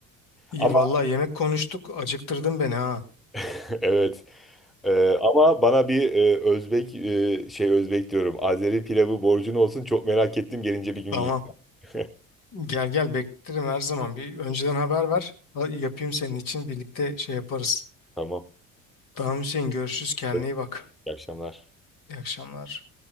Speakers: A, on the left; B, in the centre.
A: İyi
B: Ama
A: vallahi yemek konuştuk. Acıktırdın beni ha.
B: <laughs> evet. Ee, ama bana bir e, Özbek e, şey Özbek diyorum. Azeri pilavı borcun olsun. Çok merak ettim. Gelince bir gün
A: Tamam.
B: yiyeyim. <laughs>
A: Gel gel beklerim her zaman. Bir önceden haber ver. Ha- Yapayım senin için birlikte şey yaparız.
B: Tamam.
A: Tamam Hüseyin görüşürüz. Kendine
B: Evet,
A: iyi bak.
B: İyi akşamlar.
A: İyi akşamlar.